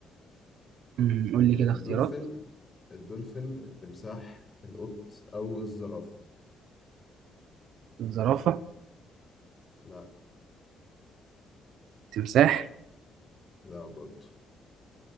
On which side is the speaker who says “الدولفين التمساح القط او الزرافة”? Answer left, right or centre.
Left